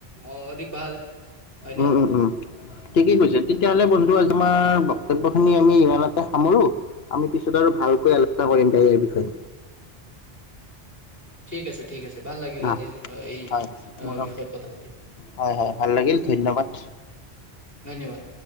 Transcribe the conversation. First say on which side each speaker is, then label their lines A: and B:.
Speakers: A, on the left; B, on the left.
A: অ অধিক ভাল। হয়নে?
B: উম, উম, উম। ঠিকেই কৈছা তেতিয়াহ'লে বন্ধু আজি আমাৰ বক্তব্য খিনি আমি ইমানতে সামৰো। আমি পিছত আৰু ভালকৈ আলোচনা কৰিম দে ইয়াৰ বিষয়ে।
A: ঠিক আছে ঠিক আছে ভাল লাগিল
B: হয়
A: আজিৰ এই
B: হয় মোৰো
A: বিষয়ত কথা পাতি।
B: হয়, হয়, ভাল লাগিল ধন্যবাদ।
A: ধন্যবাদ।